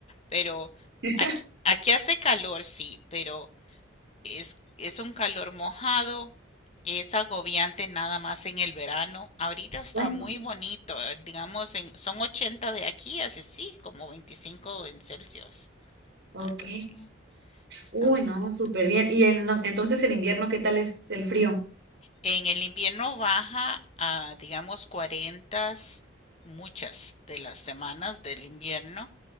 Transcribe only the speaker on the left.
Pero
aquí, aquí hace calor, sí, pero es, es un calor mojado, es agobiante nada más en el verano. Ahorita está
muy
bonito, eh, digamos, en, son 80 de aquí, así sí, como 25 en Celsius,
algo así. Está
muy
bonito.
En el invierno baja a, digamos, 40 muchas de las semanas del invierno